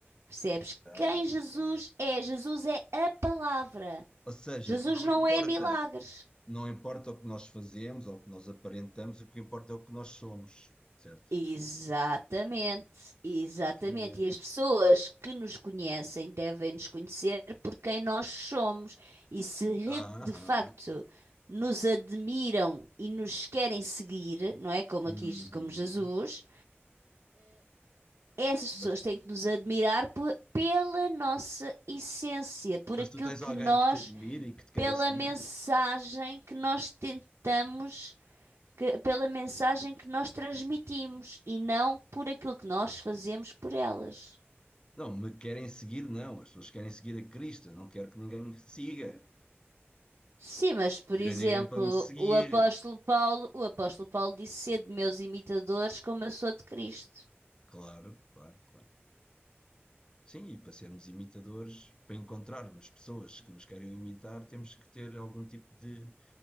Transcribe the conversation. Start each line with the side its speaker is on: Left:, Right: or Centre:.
Right: Percebes?
Left: Exato,
Right: Quem Jesus
Left: exato.
Right: é? Jesus é a palavra.
Left: Ou seja,
Right: Jesus
Left: não
Right: não
Left: importa,
Right: é milagres.
Left: não importa o que nós fazemos ou o que nós aparentamos, o que importa é o que nós somos, certo?
Right: Exatamente, exatamente.
Left: Exatamente.
Right: E as pessoas que nos conhecem devem nos conhecer por quem nós somos. E se re-
Left: Aham.
Right: de facto nos admiram e nos querem seguir, não é? Como
Left: Uhum.
Right: aqui, como Jesus, essas
Left: Mas,
Right: pessoas têm que nos admirar pe- pela nossa essência, por
Left: mas
Right: aquilo
Left: tu tens
Right: que
Left: alguém
Right: nós,
Left: que te admire e que te queira
Right: pela
Left: seguir?
Right: mensagem que nós tentamos que- pela mensagem que nós transmitimos e não por aquilo que nós fazemos por elas.
Left: Não, me querem seguir, não. As pessoas querem seguir a Cristo. Eu não quero que ninguém me siga.
Right: Sim, mas por
Left: Pedir
Right: exemplo,
Left: a ninguém para me seguir.
Right: o apóstolo Paulo, o apóstolo Paulo disse sede meus imitadores como eu sou de Cristo.
Left: Claro, claro, claro. Sim, e para sermos imitadores, para encontrarmos pessoas que nos querem imitar, temos que ter algum tipo de,